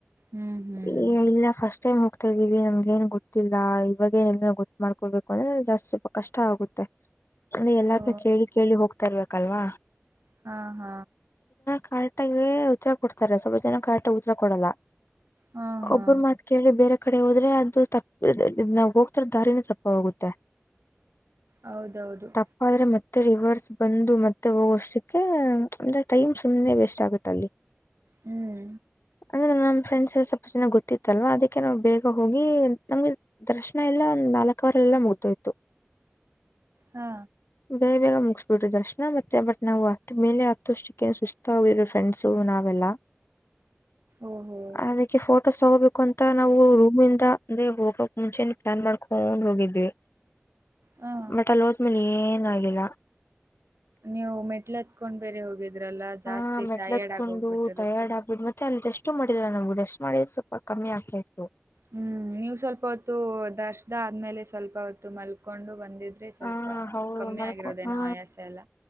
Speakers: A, on the right; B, on the left.
A: ಹ್ಮ್ ಹ್ಮ್
B: ಏ ಇಲ್ಲ ಫಸ್ಟ್ ಟೈಮ್ ಹೋಗ್ತಾ ಇದೀವಿ. ಐವಿ ನಮ್ಗ ಏನ್ ಗೊತ್ತಿಲ್ಲ ಇವಾಗ ಎಲ್ಲಾ ಗೊತ್ ಮಾಡ್ಕೊಬೇಕು. ಅಂದ್ರೆ ಜಾಸ್ತಿ ಸ್ವಲ್ಪ ಕಷ್ಟ ಆಗುತ್ತೆ. ಅಲ್ಲ ಎಲ್ಲಾರನು
A: ಓ
B: ಕೇಳಿ ಕೇಳಿ ಹೋಗ್ತಾರಲ್ಲ. ಕಲ್ವಾ-
A: ಹಾ ಹಾ.
B: ಕರೆಕ್ಟಾಗಿ ಉತ್ತರ ಕೊಡ್ತಾರೆ ಸ್ವಲ್ಪ ಜನ ಕರೆಕ್ಟಗ ಉತ್ತರ ಕೊಡಲ್ಲ.
A: ಹಾ ಹಾ
B: ಒಬ್ಬರ ಮಾತ್ ಕೇಳಿ ಬೇರೆ ಕಡೆ ಹೋದ್ರ. ಅದು ತ ನಾವ್ ಹೋಗ್ತ ಇರೊ ದಾರಿನ ತಪ್ಪ. ಹೋಗುತ್ತೆ.
A: ಹೌದೌದು
B: ತಪ್ಪಾದ್ರೆ ಮತ್ತೆ ರಿವರ್ಸ್ ಬಂದು ಮತ್ತೆ- ಹೋಗೋಷ್ಟಕ್ಕೆ ಅಂದ್ರೆ ಟೈಮ್ ಸುಮ್ನೆ ವೇಸ್ಟ್ ಆಗುತ್ತೆ ಅಲ್ಲಿ.
A: ಹ್ಮ್.
B: ನನ್ನ ಫ್ರೆಂಡಸ್. ಸ್ವಲ್ಪ ಜೆನ್ನಾಗಿ ಗೊತ್ತಿತ್ತಲ್ವಾ ಅದಕ್ಕೆ ನಾವು ಬೇಗ ಹೋಗಿ ನಮ್ಗೆ. ದರ್ಶನ ಎಲ್ಲ ಒಂದ್ ನಾಲ್ಕು. ಹೋವರ್ ಅಲ್ಲೆ ಮುಗ್ದೋಯ್ತು.
A: ಹಾ
B: ಬೇ ಬೇಗ ಮುಗಿಸಸ್ಬಿಟರು ದರ್ಶನ ಮತ್ತೆ ಬಟ್ ನಾವು ಹತ್ ಮೇಲೆ ಹತ್ತಷ್ಟಕ್ಕೇ ಸುಸ್ತ ಆದ್ರು ಫ್ರೆಂಡ್ಸು ನಾವೆಲ್ಲ.
A: ಓಹೋ
B: ಅದಕ್ಕೆ ಫೋಟೋಸ್ ತಗೋಬೇಕು- ಮತ್ತ ನಾವು ರೂಮಂದ ಅಂದೆ ಹೋಗ- ಮುಂಚೆನ ಪ್ಲಾನ್ ಮಾಡ್ಕೊಂಡ. ಹೋಗಿದ್ವಿ.
A: ಹಾ
B: ಬಟ ಅಲ್ಲೋದ ಮೇಲ್ - ಆಗಿಲ್ಲ.
A: ನೀವು ಮೆಟ್ಲ್ ಹತ್ಕೊಂಡ್ ಬೇರೆ ಹೋಗಿದ್ರಲ್ಲ.
B: ಹಾ
A: ಜಾಸ್ತಿ
B: ಮೆಟ್ಲತ್ಕೊಂಡು
A: ಟಯರ್ಡ್ ಆಗಿ ಹೋಗ್ಬಿಟ್ಟಿರುತ್ತೆ
B: ಟಯರ್ಡ್ ಆಗ್ಬಿಡ್ ಮತ್ತೆ ಅಲ್- ಎಷ್ಟು ಮಾಡಿದಿಲ್ಲ ನಮ್ಗೆ ರೆಸ್ಟ್ ಮಾಡಿದ ಸ್ವಲ್ಪ ಕಮ್ಮಿ ಆಗ್ತಾ ಇತ್ತು.
A: ಹ್ಮ್ ನೀವು್ ಸ್ವಲ್ಪ ಹೊತ್ತು ದರ್ಶದ ಆದ್ಮೇಲೆ ಸ್ವಲ್ಪ ಹೊತ್ತು ಮಲ್ಕೊಂಡು ಬಂದಿದ್ರೆ ಸ್ವಲ್ಪ
B: ಹಾ ಹೌದು
A: ಕಮ್ಮಿ
B: ಮಕೊಂಡ
A: ಆಗಿರೋದೇನೋ ಆಯಾಸ ಎಲ್ಲ